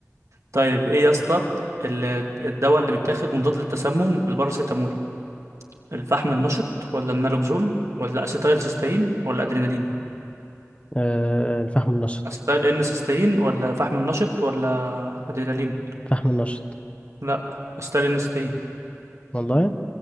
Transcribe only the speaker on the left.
<laughs>
آه الفحم النشط
فحم النشط
والله